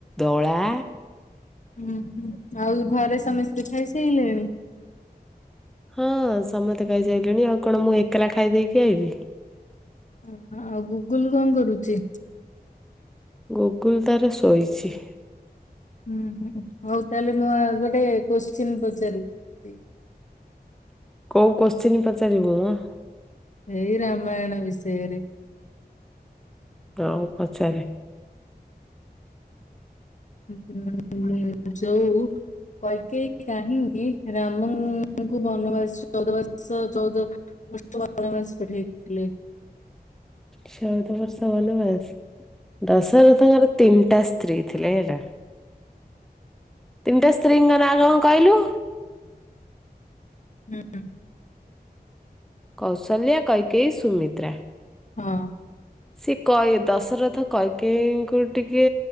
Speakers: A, in the centre; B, on the left (about 45°).
A: ଦଳା।
B: ହୁଁ ହୁଁ, ଆଉ ଘରେ ସମସ୍ତେ ଖାଇସାଇଲେଣି?
A: ହଁ ସମସ୍ତେ ଖାଇସାଇଲେଣି ଆଉ କଣ ମୁଁ ଏକଲା ଖାଇ ଦେଇକି ଆଇଲି।
B: ଓ ଆଉ ଗୁଗୁଲ କଣ କରୁଚି?
A: ଗୁଗୁଲ୍ ତାର ଶୋଇଛି।
B: ହୁଁ ହୁଁ ହଉ ତାହେଲେ ମୁଁ ଆ ଗୋଟେ କୋଶ୍ଚିନ୍ ପଚାରିବି।
A: କୋଉ କୋଶ୍ଚିନ୍ ପଚାରିବୁ ମ।
B: ସେଇ ରାମାୟଣ ବିଷୟରେ।
A: ହଉ ପଚାରେ।
B: ହୁଁ ହୁଁ ହୁଁ ଯଉ କୈକେୟୀ କାହିଁ କି ରାମଙ୍କୁ ବନବାସ ଚଉଦ ବର୍ଷ ଚଉଦ ବର୍ଷ ବନବାସ ପଠେଇଥିଲେ?
A: ଚଉଦ ବର୍ଷ ବନବାସ। ଦଶରଥଙ୍କର ତିନି ଟା ସ୍ତ୍ରୀ ଥିଲେ ହେଲା। ତିନିଟା ସ୍ତ୍ରୀଙ୍କ ନାଁ କ କଂ କହିଲୁ?
B: ହୁଁ।
A: କୌଶଲ୍ୟା, କୈକେଇ, ସୁମିତ୍ରା।
B: ହଁ।
A: ସେ କୈ ଦଶରଥ କୈକେୟୀଙ୍କୁ ଟିକେ